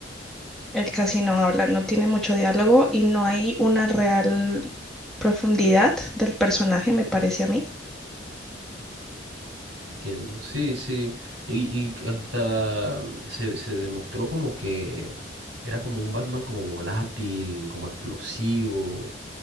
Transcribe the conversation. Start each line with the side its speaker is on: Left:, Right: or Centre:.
Centre: Él casi no habla, no tiene mucho diálogo y no hay una real profundidad del personaje, me parece a mí.
Right: Entiendo, sí, sí, y, y hasta mm, se, se demostró como que era como un Batman como volátil, como explosivo,